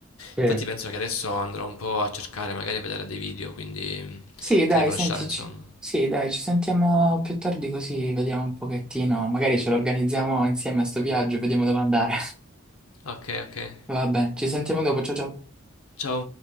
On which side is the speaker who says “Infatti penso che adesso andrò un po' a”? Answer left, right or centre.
Left